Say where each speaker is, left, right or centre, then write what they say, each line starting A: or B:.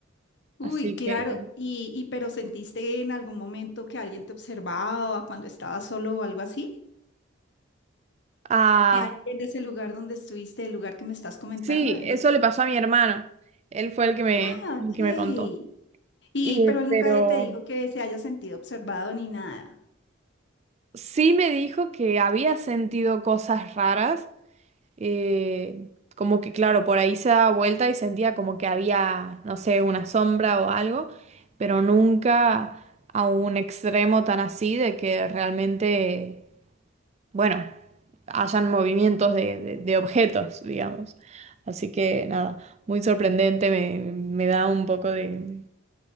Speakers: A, on the left (about 60°); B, on the right (about 35°).
A: Uy,
B: Así
A: claro.
B: que...
A: Y, y pero ¿sentiste en algún momento que alguien te observaba cuando estabas solo o algo así?
B: Ah,
A: Eh, ahí En ese lugar donde estuviste, el lugar que me estás comentando.
B: Sí,
A: el-
B: eso le pasó a mi hermano. Él fue el que me,
A: Ah,
B: el
A: ok.
B: que me contó.
A: Y
B: Y-
A: pero él
B: pero
A: nunca te dijo que se haya sentido observado ni nada.
B: sí me dijo que había sentido cosas raras, eh, como que claro, por ahí se daba vuelta y sentía como que había, no sé, una sombra o algo, pero nunca a un extremo tan así de que realmente, bueno, hayan movimientos de, de- de objetos, digamos. Así que nada, muy sorprendente, me, me da un poco de...